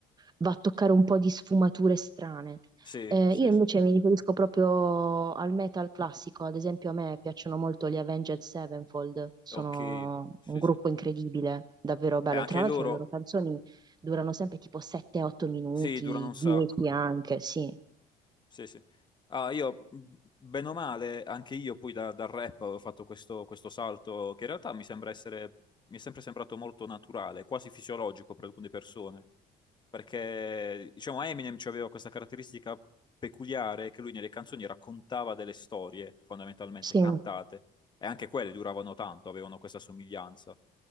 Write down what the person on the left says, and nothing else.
sì,
sì,
sì. sì.
Ok, sì,
sì.
E anche
loro,
sì, durano un sacco.
Sì, sì. Ah, io, bene o male, anche io poi da- dal rap ho fatto questo, questo salto che in realtà mi sembra essere, mi è sempre sembrato molto naturale, quasi fisiologico per alcune persone. Perché, diciamo, Eminem aveva questa caratteristica peculiare che lui nelle canzoni raccontava delle storie, fondamentalmente,
cantate. E anche quelle duravano tanto, avevano questa somiglianza.